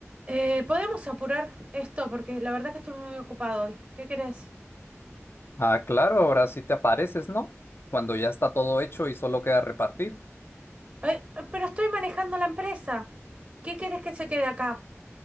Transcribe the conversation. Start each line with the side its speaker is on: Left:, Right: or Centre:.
Right: Eh, podemos apurar esto porque la verdad que estoy muy ocupado hoy. ¿Qué querés?
Left: Ah, claro, ahora sí te apareces, ¿no? Cuando ya está todo hecho y solo queda repartir.
Right: Eh, eh, pero estoy manejando la empresa. ¿Qué querés que se quede acá?